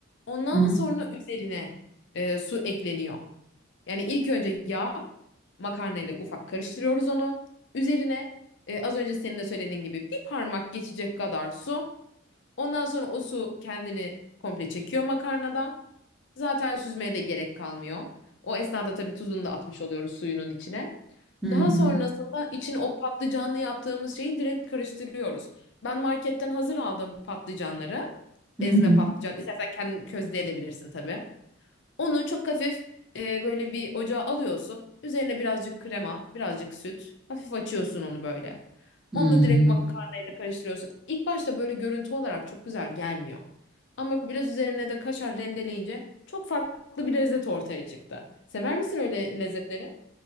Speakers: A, on the left; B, in the centre.
A: Ondan
B: hı
A: sonra üzerine e, su ekleniyor. Yani ilk önce yağ makarnayla ufak karıştırıyoruz onu. Üzerine e, az önce senin de söylediğin gibi bir parmak geçecek kadar su. Ondan sonra o su kendini komple çekiyor makarnada. Zaten süzmeye de gerek kalmıyor. O esnada tabii tuzunu da atmış oluyoruz suyunun içine.
B: hı,
A: Daha
B: hı
A: sonrasında
B: hı,
A: için o patlıcanlı yaptığımız şeyi direkt karıştırıyoruz. Ben marketten hazır aldım patlıcanları.
B: hı
A: Ezme
B: hı,
A: patlıcan. İstersen kendin közleyebilirsin tabii. Onu çok hafif e, böyle bir ocağa alıyorsun. Üzerine birazcık krema, birazcık süt. Hafif açıyorsun onu böyle.
B: hı.
A: Onu da direkt makarnayla karıştırıyorsun. İlk başta böyle görüntü olarak çok güzel gelmiyor. Ama biraz üzerine de kaşar rendeleyince çok farklı bir lezzet ortaya çıktı. Sever misin öyle lezzetleri?